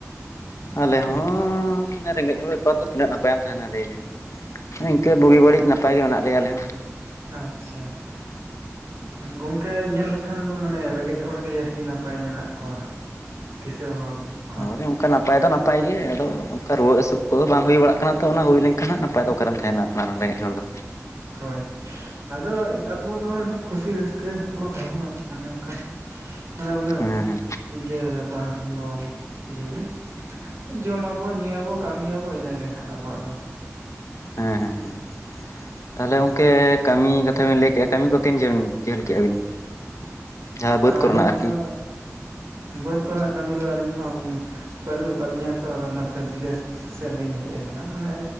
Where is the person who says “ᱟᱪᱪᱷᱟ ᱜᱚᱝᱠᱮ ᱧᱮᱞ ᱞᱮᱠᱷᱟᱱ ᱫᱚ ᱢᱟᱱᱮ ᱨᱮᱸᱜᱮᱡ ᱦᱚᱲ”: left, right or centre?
Right